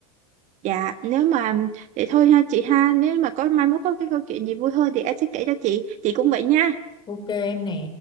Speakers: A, on the right; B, on the left.
A: Dạ, nếu mà để thôi ha chị ha, nếu mà có mai mốt có cái câu chuyện gì vui hơn thì em sẽ kể cho chị, chị cũng vậy nha.
B: Ok em nè.